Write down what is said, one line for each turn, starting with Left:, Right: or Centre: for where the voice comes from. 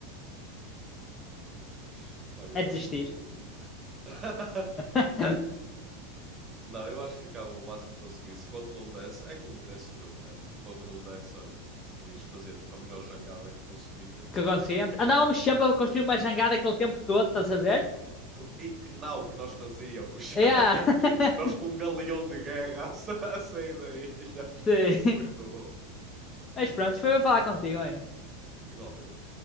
Right: Pois, opá, eu
Left: É desistir.
Right: acho que. <laughs>
Left: <laughs>
Right: Não, eu acho que ficava o máximo que conseguisse. Quando não desse, é como nesse filme, né? Tipo, quando não desse, olha, se lixo, fazia tipo a melhor jangada que conseguia.
Left: Que conseguíamos. Andávamos sempre a
Right: Yeah.
Left: construir uma jangada aquele tempo todo, estás a ver?
Right: Que- E que não que nós fazíamos!
Left: Yeah.
Right: <laughs>
Left: <laughs>
Right: Nós com um galeão de guerra <laughs> a sa- a sair da ilha.
Left: Sim.
Right: Muito bom.
Left: Mas pronto, foi para falar contigo, hein?
Right: Igualmente.